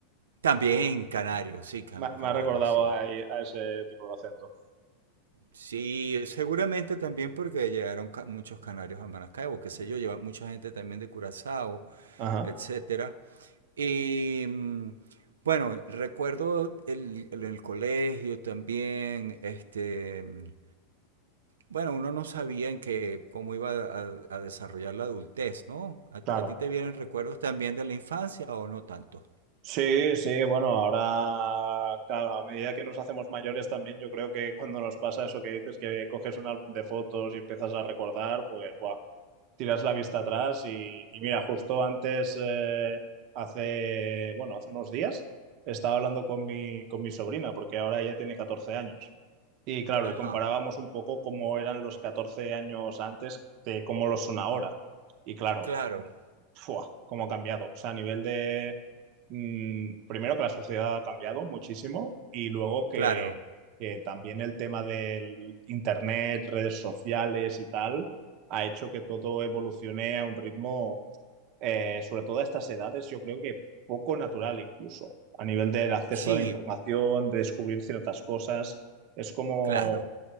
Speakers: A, on the right; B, on the right.
A: también canarios, sí, can-
B: me,
A: canarios,
B: me ha recordado
A: sí.
B: a, a ese tipo de acento.
A: Sí, seguramente también porque llegaron ca- muchos canarios a Maracaibo, qué sé yo, lleva mucha gente también de Curazao,
B: Ajá,
A: etcétera. Y mm, bueno, recuerdo el, el, el colegio también, este, mm, bueno, uno no sabía en qué, cómo iba a, a desarrollar la adultez, ¿no? ¿A, a
B: claro.
A: ti te vienen recuerdos también de la infancia o no tanto?
B: Sí, sí, bueno, ahora claro, a medida que nos hacemos mayores también yo creo que cuando nos pasa eso que dices que coges un álbum de fotos y empiezas a recordar, pues buah, tiras la vista atrás y, y mira, justo antes, eh, hace, bueno, hace unos días estaba hablando con mi, con mi sobrina porque ahora ella tiene 14 años y claro,
A: Ajá,
B: y comparábamos un poco cómo eran los 14 años antes de cómo lo son ahora y claro,
A: claro,
B: ¡fua! cómo ha cambiado, o sea, a nivel de mm, primero que la sociedad ha cambiado muchísimo y luego que,
A: claro,
B: que también el tema del internet, redes sociales y tal, ha hecho que todo evolucione a un ritmo, eh, sobre todo a estas edades, yo creo que poco natural incluso, a nivel del acceso
A: sí,
B: a la información, de descubrir ciertas cosas. Es como,
A: claro,